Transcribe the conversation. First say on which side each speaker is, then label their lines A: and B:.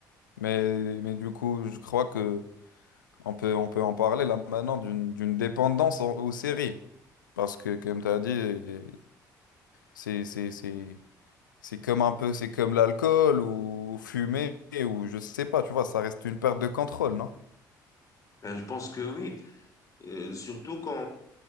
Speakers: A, on the left; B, on the left.
A: Mais, mais du coup, je crois que... On peut, on peut en parler là maintenant d'une d'une dépendance en- aux séries. Parce que, comme tu as dit, euh, c'est c'est- c'est- c'est comme un peu, c'est comme l'alcool ou fumer ou je sais pas, tu vois, ça reste une perte de contrôle, non?
B: Ben, je pense que oui. Euh, surtout quand,